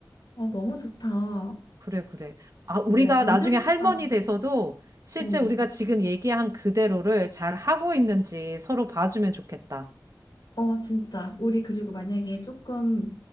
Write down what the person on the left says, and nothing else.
어, 너무 좋다. 어,
노년보다,
어,
어, 진짜. 우리 그리고 만약에 조금